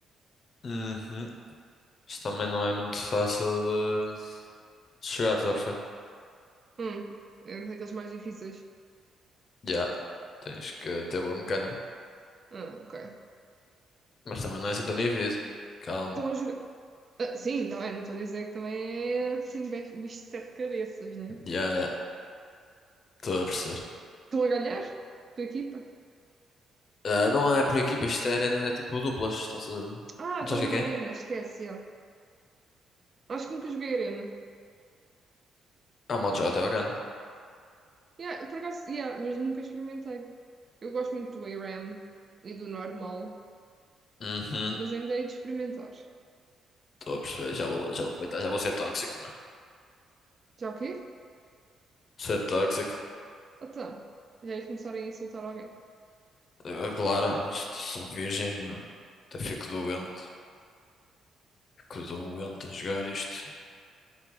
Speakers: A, on the left (about 50°); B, on the right (about 40°).
A: Uhum. Isto também não é muito fácil de de chegar, estás a perceber?
B: Hum, é daqueles mais difíceis.
A: Já, tens que ter boa mecânica.
B: Ah, ok.
A: Mas também não é assim tão difícil. Calma.
B: Estão a jogar. Ah, sim, está bem, não estou a dizer que também é assim bem bicho de sete cabeças, né?
A: Já, estou a perceber.
B: Estão a ganhar? Tua equipa?
A: Ah, não é por equipa, isto é arenas, é tipo duplas. Estás a...
B: Ah,
A: Não
B: estás
A: sabes o que
B: na
A: é que
B: arena,
A: é?
B: esquece, já. Acho que nunca joguei arena.
A: Ah, o modo de jogo até bacana.
B: Yeah, por acaso, yeah, mas nunca experimentei. Eu gosto muito do ARAM e do normal,
A: Uhum,
B: mas ainda hei de experimentar.
A: estou a perceber. Já vou, já vou aproveitar, já vou ser tóxico, mano.
B: Já o quê?
A: Ser tóxico.
B: Então, já hei de começar a insultar alguém.
A: Ah, claro, isto só virgens, mano. Até fico doente. Fico doente a jogar isto.